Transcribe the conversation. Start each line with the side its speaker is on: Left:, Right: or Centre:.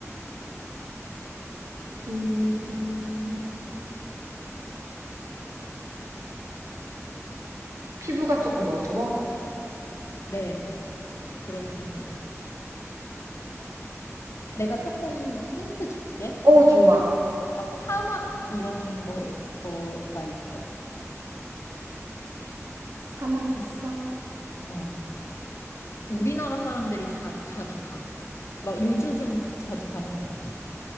Right: 음, 피부가 조금 어두워?
Left: 네. 그렇습니다. 내가 조금 힌트 줄게.
Right: 어, 좋아.
Left: 막 사막 이런 거에, 거가 있어.
Right: 사막 있어?
Left: 어. 우리나라 사람들이 자, 자주 가. 막 요즘 좀 자주 가는 것 같아.